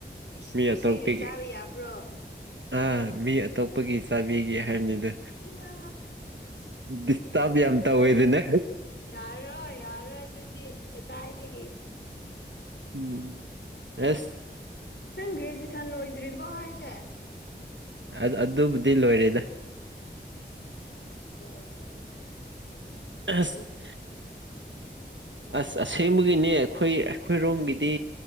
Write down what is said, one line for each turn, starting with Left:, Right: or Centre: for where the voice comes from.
Left: ꯏꯁ
Right: ꯃꯤ
Left: ꯅꯨꯡꯁꯤꯔꯦ
Right: ꯑꯇꯣꯞꯄꯒꯤ
Left: ꯆꯥꯕ ꯌꯥꯕ꯭ꯔꯣ
Right: ꯑꯥ ꯃꯤ ꯑꯇꯣꯞꯄꯒꯤ ꯆꯥꯕꯤꯒꯦ ꯍꯥꯏꯕꯅꯤꯗ
Left: ꯏꯌꯥ
Right: ꯗꯤꯁꯇꯥꯞ ꯌꯥꯝ ꯇꯧꯋꯦꯗꯅ
Left: ꯌꯥꯔꯣꯏ ꯌꯥꯔꯣꯏ ꯑꯗꯨꯗꯤ ꯀꯗꯥꯥꯏꯗꯒꯤ
Right: ꯎꯝ ꯎꯝ ꯔꯦꯁ
Left: ꯅꯪ ꯒ꯭ꯔꯦꯖꯨꯑꯦꯁꯟ ꯂꯣꯏꯗ꯭ꯔꯤꯕꯣ ꯍꯥꯏꯁꯦ
Right: ꯑ ꯑꯗꯨꯕꯨꯗꯤ ꯂꯣꯏꯔꯦꯗ
Left: ꯑꯣ ꯑꯣ
Right: ꯑꯁ
Left: ꯍꯤꯞ
Right: ꯑꯁ ꯑꯁꯦꯡꯕꯒꯤꯅꯦ ꯑꯩꯈꯣꯏ ꯑꯩꯈꯣꯏꯔꯣꯝꯒꯤꯗꯤ